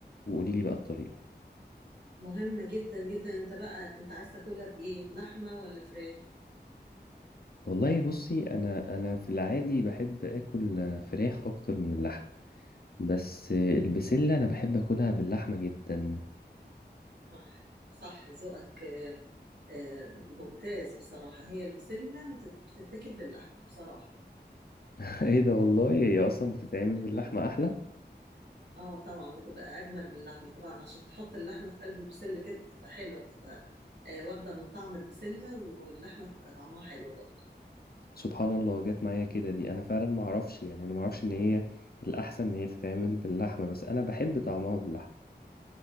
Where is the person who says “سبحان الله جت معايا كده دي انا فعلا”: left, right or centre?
Left